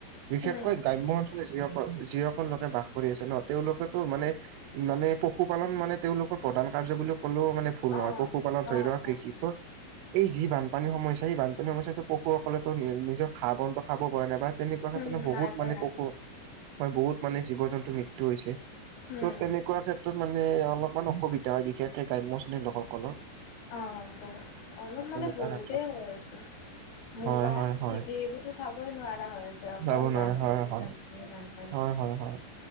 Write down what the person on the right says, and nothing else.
বিশেষকৈ
গ্ৰাম্য অঞ্চলত যিসকল, যিসকল লোকে বাস কৰি আছে ন, তেওঁলোকেতো মানে মানে পশুপালন মানে, তেওঁলোকৰ প্ৰধান কাৰ্য বুলি কলেওঁ মানে ভুল
নহয়, পশুপালন
ধৰি লোৱা
কৃষিত এই যি বানপানীৰ সমস্যা, এই বানপানীৰ সমস্যাটো পশুসকলেতো নিজৰ ঘাঁহ বনটো খাব পৰা নাই, বা তেনেকুৱা ক্ষেত্ৰত
মানে বহুত
মানে
পশু হয়, বহুত মানে জীৱ জন্তুৰ মৃত্যু হৈছে,
ত' তেনেকুৱা ক্ষেত্ৰত মানে অলপমান অসুবিধা। হয়, বিশেষকৈ গ্ৰাম্য শ্ৰেণীৰ লোকসকলৰ।
তেনেকুৱা
ক্ষেত্ৰত
হয় হয় হয়
যাব নোৱাৰে
হয় হয়
হয়, হয়, হয়।